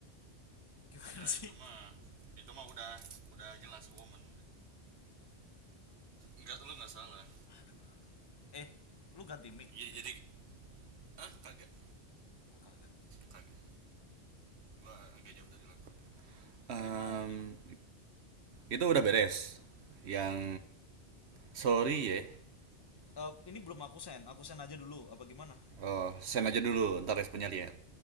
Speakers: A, on the left; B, on the right.
A: <laughs> Gimana
B: ya
A: sih?
B: itu mah itu mah udah udah jelas woman nggak lu nggak salah
A: Aduh, Eh, lu ganti mic,
B: jadi
A: mic.
B: jadi ah kagak
A: Oh kagak.
B: kagak gua agak jauh dari laptop um
A: Gimana jadi?
B: itu udah beres. Yang sorry ya.
A: Eh, ini belum aku send aku send aja dulu apa gimana
B: Oh, send aja dulu, ntar responnya lihat.